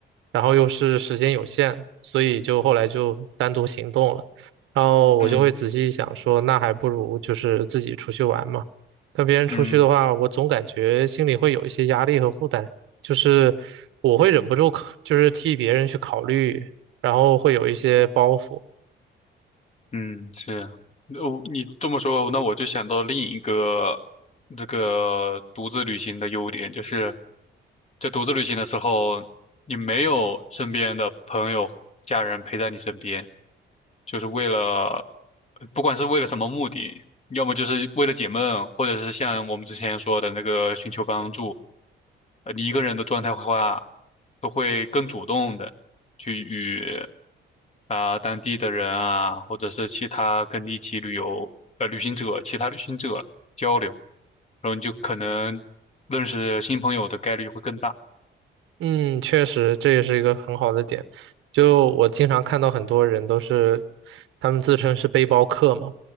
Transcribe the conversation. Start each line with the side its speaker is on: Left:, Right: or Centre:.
Right: 然后又是时间有限，所以就后来就单独行动了。然后我就会仔细想说，
Left: 嗯
Right: 那还不如就是自己出去玩嘛。跟别人出去的话，
Left: 嗯。
Right: 我总感觉心里会有一些压力和负担，就是我会忍不住考就是替别人去考虑，然后会有一些包袱。
Left: 嗯，是啊，哦，你这么说，那我就想到另一个这个独自旅行的优点，就是在独自旅行的时候，你没有身边的朋友、家人陪在你身边，就是为了，不管是为了什么目的，要么就是为了解闷，或者是像我们之前说的那个寻求帮助，呃，你一个人的状态的话，都会更主动的去与啊、当地的人啊，或者是其他跟你一起旅游呃旅行者、其他旅行者交流，然后你就可能认识新朋友的概率会更大。
Right: 嗯，确实，这也是一个很好的点。就我经常看到很多人都是，他们自称是背包客嘛，